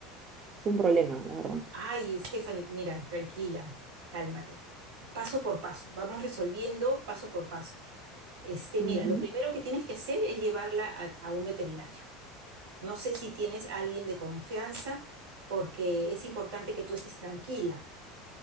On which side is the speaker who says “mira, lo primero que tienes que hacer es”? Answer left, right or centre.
Right